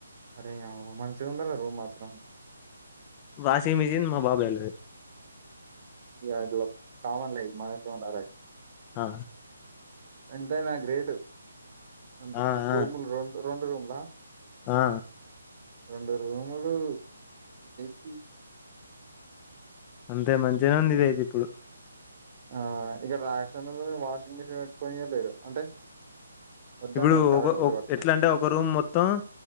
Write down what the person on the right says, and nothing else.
అరే మంచిగా ఉందరా రూమ్ మాత్రం
అట్లా కామన్లే మనంటారా
ఎంతా అయినా గ్రేట్ అంత
రూమ్
రం రెండు రూమ్లా
రెండు రూములు ఏసి
ఆ ఇగ రాక్షన్లల్లనే వాషింగ్ మిషిన్ పెట్టుకొనియ లేరు అంటే వద్దన్నారు
కరెంట్
బిల్
పడుతుందని